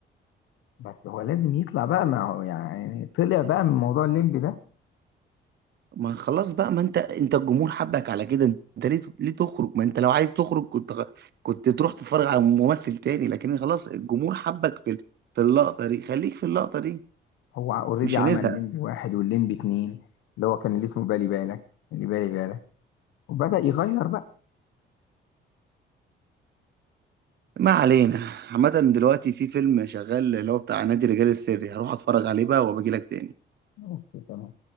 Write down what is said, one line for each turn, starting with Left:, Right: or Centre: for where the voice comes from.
Left: بس هو لازم يطلع بقى ما هو يعني طلع بقى من موضوع الليمبي ده
Right: ما خلاص بقى ما انت انت الجمهور حبك على كده انت ليه ليه تخرج ما انت لو عايز تخرج كنت غ- كنت تروح تتفرج على ممثل تاني لكن خلاص الجمهور حبك في ال- في اللقطة دي خليك في اللقطة دي
Left: هو اوريدي
Right: مش
Left: عمل
Right: هنزهق
Left: الليمبي واحد والليمبي اتنين اللي هو كان اللي اسمه بالي بالك اللي بالي بالك وبدأ يغير بقى
Right: ما علينا عامة دلوقتي في فيلم شغال اللي هو بتاع نادي الرجال السري هروح اتفرج عليه بقى وابجي لك تاني
Left: اوكي تمام